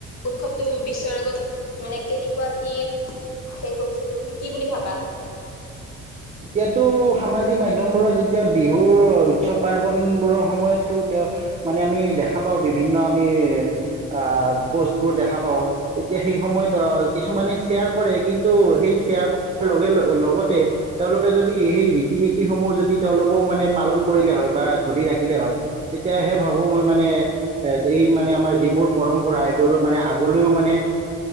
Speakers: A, on the left; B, on the right.
A: উৎসৱটো বিশ্বৰ আগত মানে কেনেকুৱা। কি হেৰি কৰিছে এইটো তুমি কি বুলি ভাবা।
B: এতিয়াতো সামাজিক মাধ্যমবোৰত এতিয়া বিহুৰ উৎসৱ পাৰ্বনবোৰৰ সময়তো তেওঁ মানে আমি দেখা পাওঁ। বিভিন্ন আমি আহ পোষ্টবোৰ দেখা পাওঁ। এতিয়া সেই সময়ত আহ কিছুমানে শ্বেয়াৰ কৰে কিন্তু সেই শ্বেয়াৰ কৰাৰ লগে লগ লগতে। তেওঁলোকে যদি সেই ৰীতি নীতিসমূহ যদি তেওঁলোকেও মানে পালন কৰিলে হয়। বা ধৰি ৰাখিলে হয়। তেতিয়াহে ভাবো মই মানে এ এই মানে আমাৰ যিবোৰ পৰম্পৰা সেইবোৰ মানে আগলৈও মানে